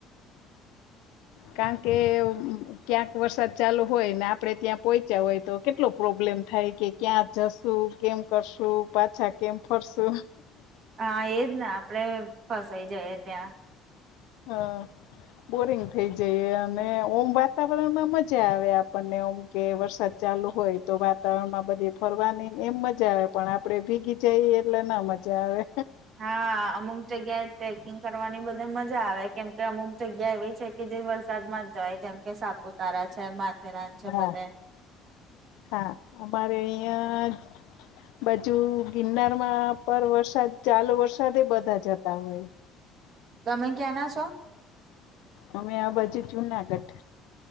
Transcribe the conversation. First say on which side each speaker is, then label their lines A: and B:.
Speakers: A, on the left (about 75°); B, on the right (about 55°).
A: કારણ કે ક્યાંક વરસાદ ચાલુ હોય ને આપણે ત્યાં પહોંચ્યા હોય તો કેટલો પ્રોબ્લેમ થાય કે ક્યાં જશુ કેમ કરશુ પાછા કેમ ફરસુ
B: હા એજ ને આપડે ફસાઈ જઈએ ત્યાં
A: હા બોરિંગ થઈ જઈએ અને ઓમ વાતાવરણમાં મજા આવે આપણને ઓમ કે વરસાદ ચાલુ હોય તો વાતાવરણ માં બધી ફરવા નહીને એમ મજા આવે પણ આપડે ભીગી જઈએ એટલે ના મજા આવે
B: હા, અમુક જગ્યાએ ટ્રેકિંગ કરવાની બધે મજા આ, વે કેમ કે અમુક જગ્યા એવી છે. કે જે વરસાદમાં જાય, જેમ કે સાપુતારા છે, માથેરાન છે,
A: હા.
B: બધે
A: હા, અમારે અહીં બાજુ ગિરનાર માં પર વરસાદ ચાલે, વરસાદ એ બધા જતા હોય.
B: તમે ક્યાં ના છો?
A: અમે આ બાજુ જુનાગઢ.